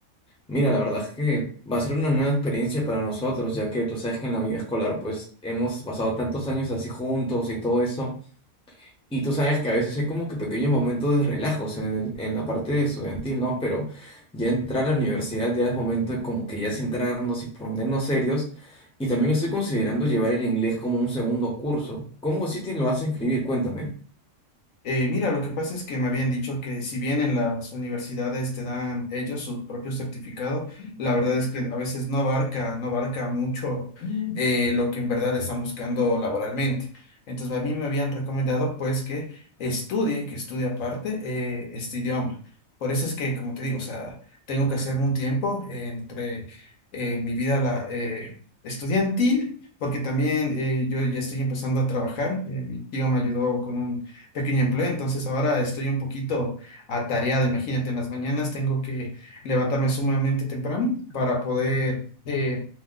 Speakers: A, in the centre; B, on the left.
A: Mira, la verdad es que va a ser una nueva experiencia para nosotros, ya que tú sabes que en la vida escolar pues hemos pasado tantos años así juntos y todo eso, y tú sabes que a veces hay como que pequeños momentos de relajos en, en la parte estudiantil, ¿no? Pero ya entrar a la universidad ya es momento de como que ya centrarnos y ponernos serios. Y también estoy considerando llevar el inglés como un segundo curso. ¿Cómo si te lo vas a inscribir? Cuéntame.
B: Eh, mira, lo que pasa es que me habían dicho que si bien en las universidades te dan ellos su propio certificado, la verdad es que a veces no abarca, no abarca mucho Mm. eh, lo que en verdad están buscando laboralmente. Entonces, a mí me habían recomendado pues que estudie, que estudie aparte eh, este idioma. Por eso es que, como te digo, o sea, tengo que hacerme un tiempo entre eh, mi vida la, eh, estudiantil, porque también eh, yo ya estoy empezando a trabajar. Eh, mi tío me ayudó con un pequeño empleo, entonces ahora estoy un poquito atareado. Imagínate, en las mañanas tengo que levantarme sumamente temprano para poder eh,